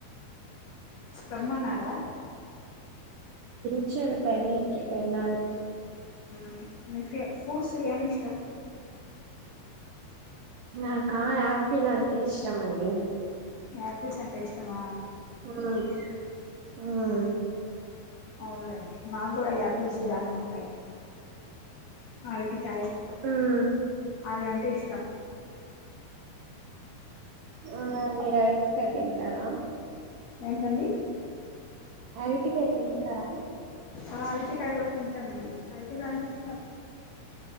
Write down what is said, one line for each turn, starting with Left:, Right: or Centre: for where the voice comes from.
Left: రమ్మన్నారా
Right: చ్చరు పెళ్లిికి వెళ్ళాలి
Left: మ్ మీ ఫె ఫ్రూడ్స్ ఎం ఇష్టం
Right: నాకా ఆపిల్ అంటే ఇష్టమండి
Left: యాపిల్స్ అంటే ఇష్టమా
Right: మ్ మ్
Left: అవులేండి మాకు కూడా యాప్సు దానిమ్మకాయలు అరటి ాయి
Right: ఉమ్
Left: అవి అంటే ఇష్టంమ్
Right: అవునా మీరు అరిటికాయ్ తింటారా
Left: ఏంటండి
Right: అరటి కాయ్ తీంటారా
Left: ఆ అరటికాయ కూడా తింటానండి అరటికాయ అంటే ఇష్టం